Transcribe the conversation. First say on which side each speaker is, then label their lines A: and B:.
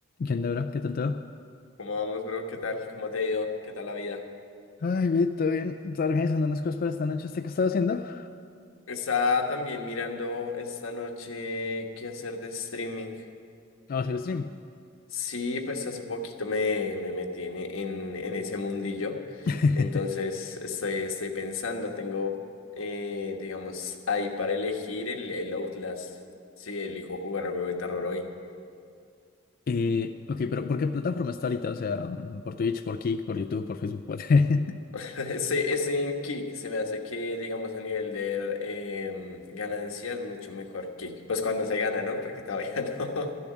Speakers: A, on the left; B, on the left.
A: ¿Qué onda, bro? ¿Qué tal todo?
B: ¿Cómo vamos, bro? ¿Qué tal? ¿Cómo te ha ido? ¿Qué tal la vida?
A: Ay, bien, todo bien. Estaba organizando unas cosas para esta noche. ¿Usted qué estaba haciendo? Vamos
B: Estaba también mirando esta noche qué hacer de streaming.
A: a hacer stream.
B: Sí, pues hace poquito me, me metí en, en, en ese mundillo.
A: <laughs>
B: Entonces estoy, estoy pensando, tengo, eh, digamos, ahí para elegir el, el Outlast. Sí, elijo jugar al juego de terror hoy.
A: Eh, ok, pero ¿por qué plataforma está ahorita? O sea, mm, por Twitch, por Kick, por YouTube, por Facebook, por... <laughs>
B: <laughs> Estoy, estoy en Kick. Se me hace que, digamos, a nivel de em, ganancias, mucho mejor Kick. Pues cuando se gana, ¿no? Porque todavía <laughs> no.